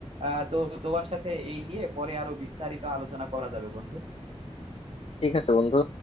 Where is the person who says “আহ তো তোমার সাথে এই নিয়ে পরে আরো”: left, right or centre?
Right